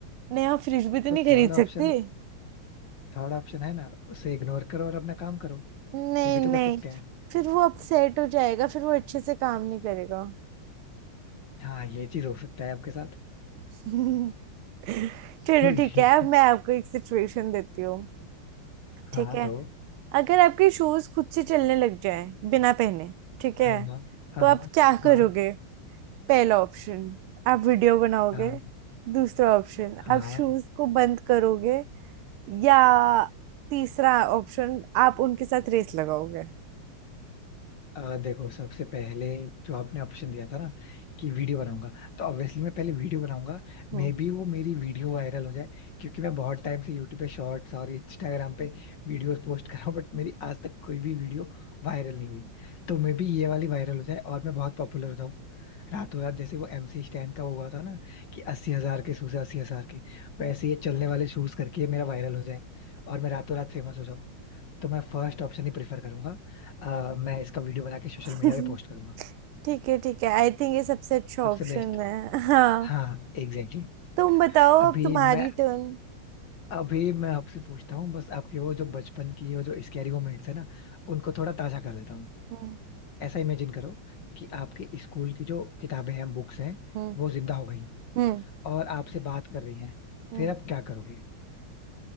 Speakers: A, on the right; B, on the left.
A: नया फ्रिज भी तो
B: तो
A: नहीं खरीद
B: थर्ड
A: सकती
B: ऑप्शन थर्ड ऑप्शन है ना उसे इग्नोर करो और अपना काम करो
A: नहीं
B: ये भी तो
A: नहीं
B: कर सकते हैं
A: फिर वो अपसेट हो जाएगा फिर वो अच्छे से काम नहीं करेगा
B: हाँ ये चीज हो सकता है आपके साथ
A: <laughs> चलो
B: कोई
A: ठीक
B: नहीं
A: है अब मैं आपको एक सिचुएशन देती हूँ
B: हाँ
A: ठीक है
B: दो
A: अगर आपके शूज खुद से चलने लग जाए बिना पहने ठीक है
B: है ना हाँ
A: तो आप
B: हाँ
A: क्या
B: हाँ
A: करोगे पहला ऑप्शन आप वीडियो बनाओगे
B: हाँ
A: दूसरा ऑप्शन
B: हाँ
A: आप शूज को बंद करोगे या तीसरा ऑप्शन आप उनके साथ रेस लगाओगे
B: अ, देखो सबसे पहले जो आपने ऑप्शन दिया था ना कि वीडियो बनाऊंगा तो ऑब्वियसली मैं पहले वीडियो बनाऊंगा
A: हम्म
B: मे बी वो मेरी वीडियो वायरल हो जाए क्योंकि मैं बहुत टाइम से यूट्यूब पे शॉर्ट्स और इंस्टाग्राम पे वीडियोस पोस्ट कर रहा हूँ बट मेरी आज तक कोई भी वीडियो वायरल नहीं हुई तो मे बी ये वाली वायरल हो जाए और मैं बहुत पॉपुलर हो जाऊँ रातों रात जैसे वो एमसी स्टैन का हुआ था ना कि अस्सी हजार के शूज है, अस्सी हजार के वैसे ये चलने वाले शूज करके ये मेरा वायरल हो जाए और मैं रातों रात फेमस हो जाऊँ तो मैं फर्स्ट ऑप्शन ही प्रेफर करूंगा अ, मैं इसका वीडियो बना के सोशल
A: <laughs>
B: मीडिया पे पोस्ट करूंगा
A: ठीक है ठीक है आई थिंक ये सबसे अच्छा
B: सबसे
A: ऑप्शन
B: बेस्ट
A: है हाँ
B: हाँ एग्जैक्टली exactly.
A: तुम बताओ
B: अभी
A: अब तुम्हारी
B: मैं
A: टर्न
B: अभी मैं आपसे पूछता हूँ बस आपके वो जो बचपन की वो जो स्कैरी मोमेंट्स है ना उनको थोड़ा ताजा कर देता हूँ
A: हम्म
B: ऐसा इमेजिन करो कि आपके स्कूल की जो किताबें हैं बुक्स हैं
A: हम्म
B: वो जिंदा हो गई
A: हम्म
B: और आपसे बात कर रही हैं
A: हम्म
B: फिर आप क्या करोगे